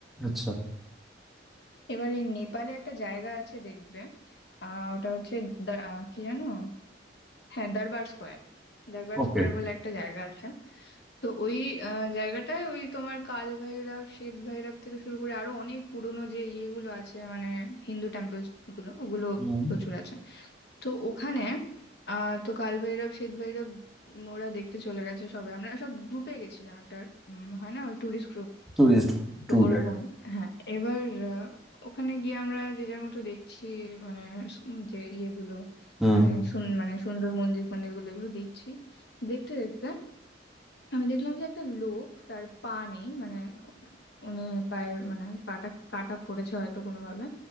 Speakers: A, in the centre; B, on the left.
A: আচ্ছা
B: এবার এই নেপালে একটা জায়গা আছে দেখবে আহ ওটা হচ্ছে দা- আহ, কি জানো হ্যাঁ দরবার স্কোয়ার দরবার
A: ওকে
B: স্কোয়ার বলে একটা জায়গা আছে তো ওই আহ, জায়গাটায় ওই তোমার কাল ভৈরব শ্বেত ভৈরব থেকে শুরু করে আরো অনেক পুরনো যে ইয়েগুলো আছে মানে হিন্দু টেম্পলস গুলো ওগুলো
A: হুম
B: প্রচুর আছে তো ওখানে আহ তো কাল ভৈরব শ্বেত ভৈরব উম, ওরা দেখতে চলে গেছে সবাই আমরা সব গ্রুপে গেছিলাম একটা উম, হয় না ওই ট্যুরিস্ট গ্রুপ
A: টুরিস্ট Tour
B: তো ওরকম
A: guide
B: হ্যাঁ এবার আহ, ওখানে গিয়ে আমরা যে যার মতো দেখছি মানে সু- যে ইয়েগুলো
A: হুম
B: মানে সুন মানে সুন্দর মন্দির ফন্দির গুলো এগুলো দেখছি দেখতে দেখতে আমি দেখলাম যে একটা লোক তার পা নেই মানে উনি পায়ের মানে পাটা কাটা পড়েছে হয়তো কোনো ভাবে